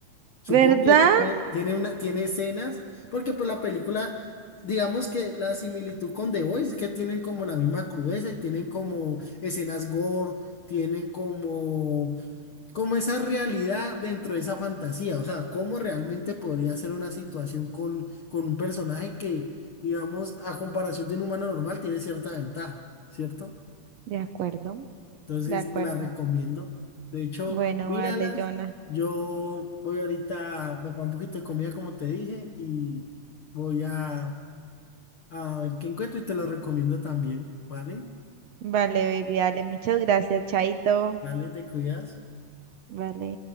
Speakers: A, on the left; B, on the right.
A: Supongo
B: ¿Verdad?
A: que tiene, tiene, una- tiene escenas, porque pues la película, digamos que la similitud con The Voice es que tienen como la misma crudeza y tienen como escenas gore, tienen como... como esa realidad dentro de esa fantasía, o sea, cómo realmente podría ser una situación con, con un personaje que, digamos, a comparación de un humano normal, tiene cierta ventaja, ¿cierto?
B: De acuerdo,
A: Entonces,
B: de acuerdo.
A: te la recomiendo. De hecho,
B: Bueno,
A: míralas.
B: vale, Jonah.
A: Yo voy ahorita a preparar un poquito de comida, como te dije, y voy a, a ver qué encuentro y te lo recomiendo también, ¿vale?
B: Vale, baby, dale, muchas gracias, Chaito.
A: Dale, te cuidas.
B: Vale.